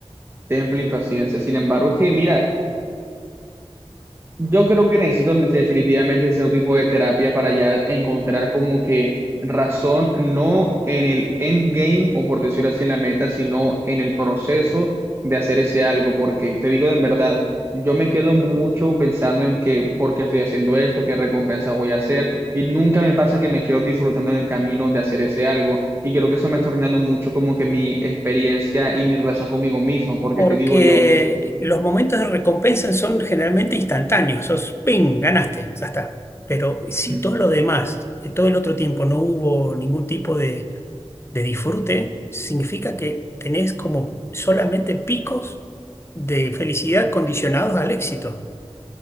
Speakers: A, on the right (about 25°); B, on the left (about 25°).
A: temple y paciencia. Sin embargo, es que mira, Yo creo que necesito definitivamente cierto tipo de terapia para ya encontrar como que razón, no en el endgame o por decirlo así en la meta, sino en el proceso de hacer ese algo, porque te digo en verdad, yo me quedo mucho pensando en que por qué estoy haciendo esto, qué recompensa voy a hacer, y nunca me pasa que me quedo disfrutando en el camino de hacer ese algo, y creo que eso me está arruinando mucho como que mi experiencia y mi relación conmigo mismo, porque
B: porque
A: te digo yo.
B: los momentos de recompensa son generalmente instantáneos, sos ping, ganaste, ya está. Pero si
A: mm,
B: todo lo demás, en todo el otro tiempo no hubo ningún tipo de, de disfrute, significa que tenés como solamente picos de felicidad condicionados al éxito.